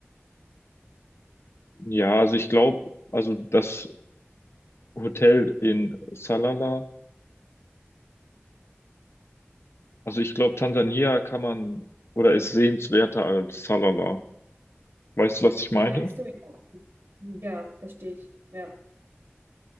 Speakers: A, on the left (about 65°); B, on the right (about 75°).
A: ja, also ich glaube, also das Hotel in Salalah, also ich glaube, Tansania kann man oder ist sehenswerter als Salalah. Weißt du, was ich meine?
B: meinst du, ja. Ja, verstehe ich. Ja,